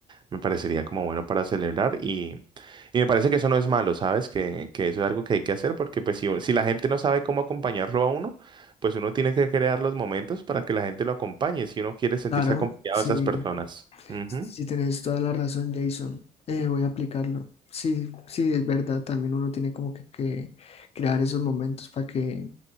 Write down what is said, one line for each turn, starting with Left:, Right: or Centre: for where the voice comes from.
Right: Me parecería como bueno para celebrar y, y me parece que eso no es malo, ¿sabes? Que, que eso es algo que hay que hacer porque pues si, si la gente no sabe cómo acompañarlo a uno, pues uno tiene que crear los momentos para que la gente lo acompañe si uno quiere sentirse
Left: claro,
Right: acompañado
Left: sí,
Right: de esas personas. Ujú.
Left: sí tienes toda la razón, Jason. Eh, voy a aplicarlo. Sí, sí, es verdad, también uno tiene como que, que crear esos momentos para que